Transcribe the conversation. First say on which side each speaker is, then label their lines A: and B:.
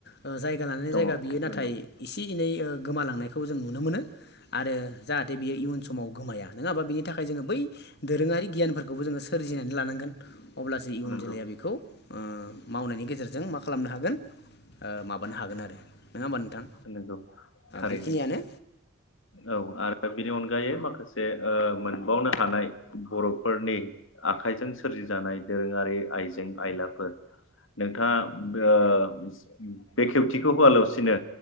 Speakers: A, on the left; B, on the left.
A: ओ जायगानानै लानाय
B: दङ
A: जायगा बियो नाथाय
B: नंगौ
A: इसे इनै ओ गोमालांनायखौ जों नुनो मोनो आरो जाहाथे बियो इयुन समाव गोमाया नङा हाबा बिनि थाखाय जोङो बै दोरोङारि गियानफोरखौबो जोङो सोरजिनो लानांगोन अब्लासो इयुन
B: नंगौ
A: जोलैया बेखौ ओ मावनायनि गेजेरजों मा खालामनो हागोन ओ माबानो हागोन आरो। नङा होमबा नोंथां
B: नंगौ थारैनो
A: बेखिनियानो
B: औ आरो बेनि अनगायै माखासे जे ओ मोनबावनो हानाय बर'फोरनि आखाइजों सोरजिजानाय दोरोङारि आइजें आयलाफोर नोंथाङा ओ बेखेवथिखौ होवालासिनो